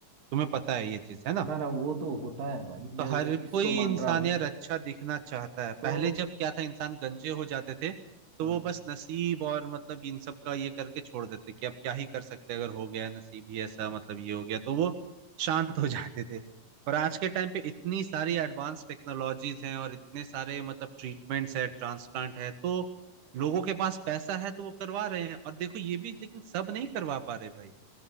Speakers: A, on the right; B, on the right.
A: तुम्हें पता है ये चीज है ना
B: ना ना वो तो होता है भाई
A: तो
B: मैं
A: हर
B: उस चीज
A: कोई
B: को मान
A: इंसान
B: रहा हूँ
A: यार अच्छा दिखना चाहता है
B: तो
A: पहले जब क्या था इंसान गंजे हो जाते थे तो
B: हाँ
A: वो बस नसीब और मतलब इन सब का ये करके छोड़ देते कि अब क्या ही कर सकते हैं, अगर हो गया नसीब ही ऐसा मतलब ये हो गया तो वो शांत हो <laughs> जाते थे पर आज के टाइम पे इतनी सारी एडवांस टेक्नोलॉजीज हैं और इतने सारे मतलब ट्रीटमेंट्स है ट्रांसप्लांट है तो लोगों के पास पैसा है तो वो करवा रहे हैं और देखो ये भी लेकिन सब नहीं करवा पा रहे भाई